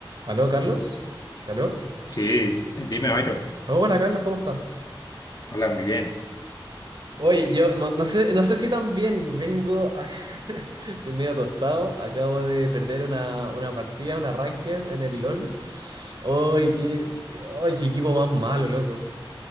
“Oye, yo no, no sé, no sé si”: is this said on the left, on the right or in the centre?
Right